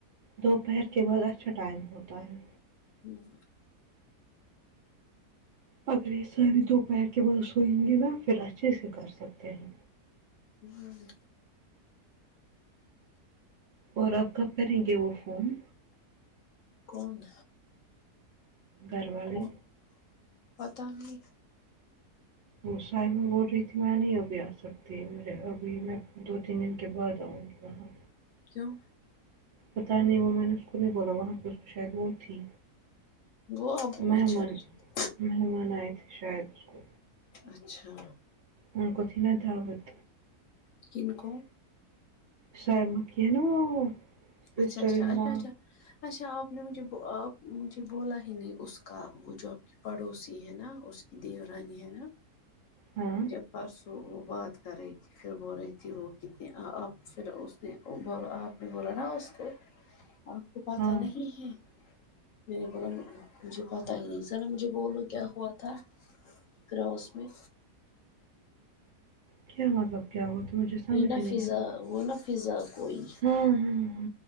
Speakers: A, on the right; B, on the left.
A: دوپہر کے بعد اچھا ٹائم ہوتا ہے
B: ہوں
A: اگر یہ سارے دوپہر کے بعد سوئیں گے نا پھر اچھے سے کر سکتے ہیں
B: ہوں
A: اور آپ کب کریں گے وہ فون
B: کون
A: گھر والی
B: کون پتہ نہیں
A: وہ ساحل میں بول رہی تھی میں نہیں ابھی آ سکتی میرے ابھی میں دو تین دن کے بعد آؤں گی وہاں
B: کیوں
A: پتا نہیں وہ میں نے اس کو نہیں بولا وہاں پہ شاید وہ تھی
B: وہ اب
A: مہمان
B: اچھا اچھا
A: مہمان آئے تھے شاید اس کو
B: اچھا
A: ان کو تھی ناں دعوت
B: کن کو
A: سائمہ کی ہے ناں وہ سسٹر
B: اچھا اچھا
A: ان
B: اچھا
A: لا
B: اچھا اچھا آپ نے مجھے آپ مجھے بولا ہی نہیں اس کا وہ جو پڑوسی ہے نا اس کی دیورانی ہے ناں
A: ہاں
B: جب پرسوں وہ بات کر رہی تھی پھر بول رہی تھی وہ کتنی آپ پھر اس نے آپ نے بولا ناں آپ کو پتہ
A: ہاں
B: نہیں ہے میں نے بولا مجھے پت پتہ ہی نہیں زرا مجھے بولو کیا ہوا تھا کروس میں
A: کیا مطلب کیا ہوا تھا مجھے سمجھ
B: اب ناں
A: ہی نہیں
B: فضا
A: آیا
B: وہ ناں فضا کوئی
A: ہاں ہاں ہ